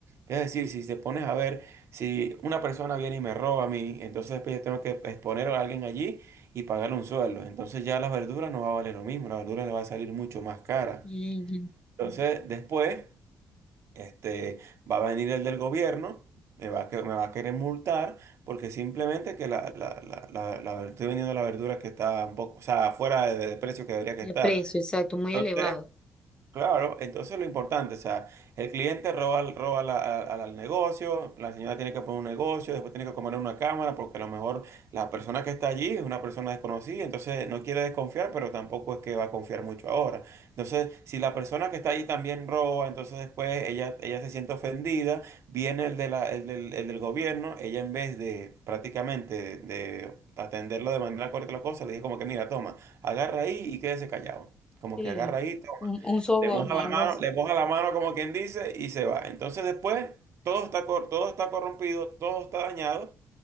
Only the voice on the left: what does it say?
Ujú.
De
precio, exacto, muy
elevado.
Sí,
un, un soborno,
algo
así.